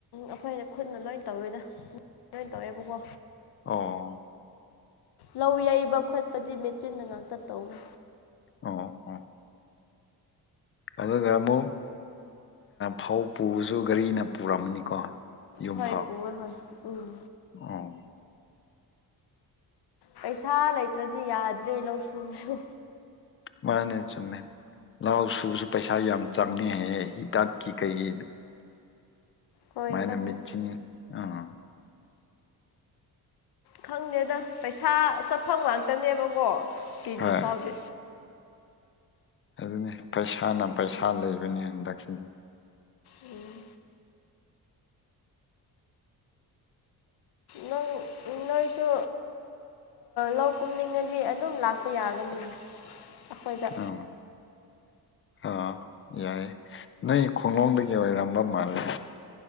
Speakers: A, on the left; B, on the left.
A: ꯑꯩꯈꯣꯏꯅ ꯈꯨꯠꯅ ꯂꯣꯏ ꯇꯧꯋꯦꯗ ꯂꯣꯏ ꯇꯧꯋꯦꯕꯀꯣ
B: ꯑꯣ
A: ꯂꯧ ꯌꯩꯕ ꯈꯣꯠꯄꯗꯤ ꯃꯦꯆꯤꯟꯅ ꯉꯥꯛꯇ ꯇꯧꯅꯤ
B: ꯑꯣ ꯑꯣ ꯑꯗꯨꯒ ꯑꯃꯨꯛ ꯐꯧ ꯄꯨꯕꯁꯨ ꯒꯥꯔꯤꯅ ꯄꯨꯔꯝꯃꯅꯤꯀꯣ ꯌꯨꯝꯐꯥꯎ
A: ꯍꯣꯏ ꯄꯨꯋꯦ ꯍꯣꯏ ꯎꯝ
B: ꯑꯣ
A: ꯄꯩꯁꯥ ꯂꯩꯇ꯭ꯔꯗꯤ ꯌꯥꯗ꯭ꯔꯦ ꯂꯧꯁꯨꯕꯁꯨ
B: ꯃꯥꯅꯩ ꯆꯨꯝꯃꯦ ꯂꯧ ꯁꯨꯕꯁꯨ ꯄꯩꯁꯥ ꯌꯥꯝ ꯆꯪꯉꯦ ꯍꯥꯏꯌꯦ ꯍꯤꯗꯥꯛꯀꯤ ꯀꯩꯒꯤ
A: ꯍꯣꯏ
B: ꯃꯥꯏꯅ
A: ꯆꯪꯉꯦ
B: ꯃꯦꯆꯤꯟ ꯑꯥ
A: ꯈꯪꯗꯦꯗ ꯄꯩꯁꯥ ꯆꯠꯐꯝ ꯉꯥꯛꯇꯅꯦꯕꯀꯣ ꯁꯤꯗ꯭ꯔꯤ
B: ꯍꯣꯏ
A: ꯐꯥꯎꯗꯤ
B: ꯑꯗꯨꯅꯤ ꯄꯩꯁꯥꯅ ꯄꯩꯁꯥ ꯂꯩꯕꯅꯤ ꯍꯟꯗꯛꯁꯤꯗꯤ
A: ꯎꯝ ꯅꯣꯏ ꯅꯣꯏꯁꯨ ꯂꯧ ꯀꯨꯝꯅꯤꯡꯉꯗꯤ ꯑꯗꯨꯝ ꯂꯥꯛꯄ ꯌꯥꯒꯅꯤ ꯑꯩꯈꯣꯏꯗ
B: ꯑꯝ ꯑꯥ ꯌꯥꯏꯌꯦ ꯅꯣꯏ ꯈꯣꯡꯂꯣꯡꯗꯒꯤ ꯑꯣꯏꯔꯝꯕ ꯃꯥꯜꯂꯦ